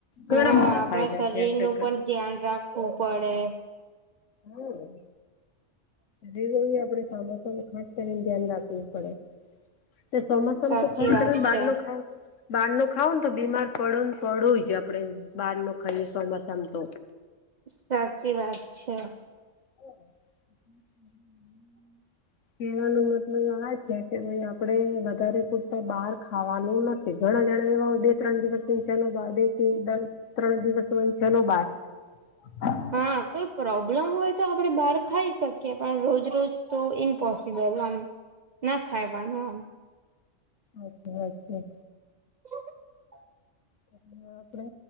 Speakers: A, on the left (about 85°); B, on the right (about 50°).
A: ઘણા
B: હા
A: બધા
B: આપણા
A: ફાયદા
B: શરીર
A: છે આપણે
B: નું
A: ઘર
B: પણ ધ્યાન રાખવું પડે
A: હમ્મ શરીર એ આપડે ચોમાસા નું ખાસ કરીને ધ્યાન રાખ વું પડે ચોમાસામ
B: સાચી
A: તો ખાસ
B: વાત
A: કરી ને
B: છે
A: બહાર નું ખા બહાર નું ખાવું ને તો બીમાર પડો ને પડું જ આપડે બહાર નું ખાઈએ ચોમાસામ તો
B: સાચી વાત છે.
A: <inaudible> કેવાનો મતલબ આ છે કે ભાઈ આપડે વધારે પૂરતા બહાર ખાવાનું નથ ઘણા જણા એવા હોય બે ત્રણ દિવસને ચલો બાર બે થી ત્રણ દિવસ હોય ચલો બાર <inaudible>
B: હા કોઈ પ્રોબ્લમ હોય તો આપડે બહાર ખાઈ શકીએ પણ રોજ રોજ તો ઇમ્પોસિબલ આમ ના ખાઈવાનું હ
A: અરછા અરછા
B: <inaudible>
A: હ આપડે